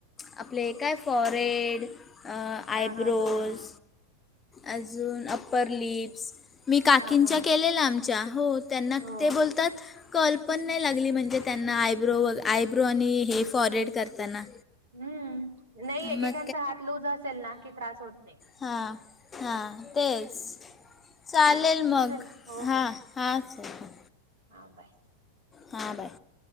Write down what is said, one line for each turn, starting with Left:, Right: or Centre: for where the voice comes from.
Left: आपले काय फॉरेड अ
Right: हा
Left: आयब्रोज
Right: हा हा हा
Left: अजून अप्पर लिप्स. मी काकींच्या
Right: हा हा
Left: केलेला
Right: हा
Left: आमच्या हो त्यांना
Right: हो
Left: ते बोलतात कल्पन नअइ लागली म्हणजे. त्यांना आयब्रो व आयब्रो आनी हे फॉरेड करताना.
Right: हम्म नाई
Left: मग
Right: एकेकांचा हात लूज असेलना कि त्रास होत नाई.
Left: हा हा तेच, चालेल मग
Right: चल हो
Left: हा
Right: हो
Left: हा चाल
Right: हा बाय
Left: हा बाय.